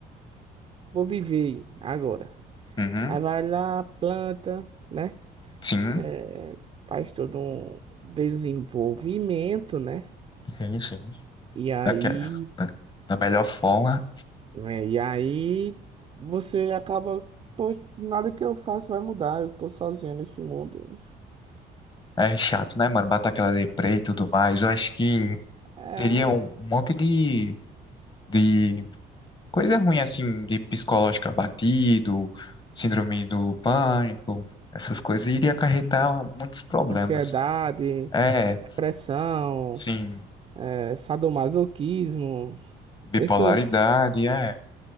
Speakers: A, on the right; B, on the left.
A: vou viver agora.
B: uhum,
A: Aí vai lá, planta, né?
B: sim.
A: É, faz todo um desenvolvimento, né?
B: Sim, sim.
A: E aí,
B: daquela, da, da melhor forma.
A: é, e aí você acaba, pô, nada que eu faço vai mudar, eu tô sozinho nesse mundo.
B: É chato, né, mano? Bater aquela deprê e tudo mais. Eu acho que
A: É
B: teria um monte de, de coisa ruim, assim, de psicológico abatido, síndrome do pânico, essas coisas iria acarretar muitos problemas.
A: Ansiedade,
B: É,
A: depressão,
B: sim,
A: eh, sadomasoquismo,
B: bipolaridade,
A: essas
B: é,